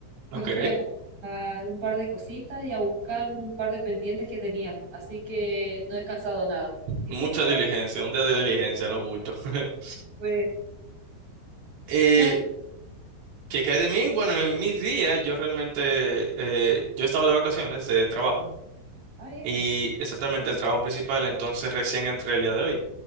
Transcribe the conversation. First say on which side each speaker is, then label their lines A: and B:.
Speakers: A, on the right; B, on the right.
A: Ok.
B: me fui a comprar un par de cositas y a buscar un par de pendientes que tenía. Así que no he descansado nada. ¿Y
A: Mucha
B: tú qué tal?
A: diligencia, un día de diligencia, no bulto. <laughs>
B: Pues,
A: Eh,
B: ¿qué hay?
A: ¿qué cae de mí? Bueno, en mi día yo realmente, eh, yo estaba de vacaciones de trabajo
B: Ah, bien.
A: y exactamente el trabajo principal, entonces recién entré el día de hoy.